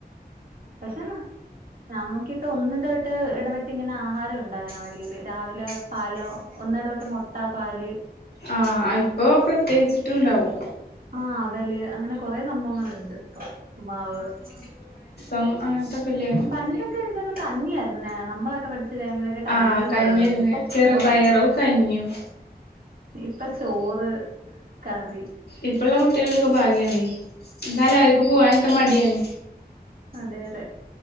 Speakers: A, on the right (about 60°); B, on the left (about 75°).
A: പക്ഷേ നല്ല നമുക്കിട്ട് ഒന്നിടവിട്ട് ഇടവിട്ടിങ്ങനെ ആഹാരം ഉണ്ടാക്കണം <unintelligible> രാവിലെ. പാലോ? ഒന്നിടവിട്ട് മുട്ട, പാല്
B: ആ അയിപ്പോ പ്രത്യേകിച്ചിട്ടുണ്ടാവും.
A: ആവല് അങ്ങനെ കൊറെ സംഭവങ്ങളുണ്ട് ഇപ്പം ഉപ്പുമാവ് ചിന്നു.
B: ഉം അങ്ങനെത്തെ ഒക്കെ ഇല്ല്യേ
A: പണ്ടൊക്കെ എനിക്കു തോന്നുന്നു കഞ്ഞിയായിരുന്നു നമ്മളൊക്കെപഠിച്ച ടൈമിലൊക്കെ കഞ്ഞിയും
B: ആഹ് കഞ്ഞിയായിരുന്നു
A: പയറുമായിരുന്നു ഇപ്പ ചോറായി.
B: ചെറുപയറും കഞ്ഞിയും
A: ഇപ്പ ചോറ്, കറി
B: ഇപ്പള്ള കുട്ടികൾക്ക് ഭാഗ്യാണ്. ഇന്നാലും അവർക്ക് പോവാനറ്റേ മടിയാണ്.
A: അതെയതെ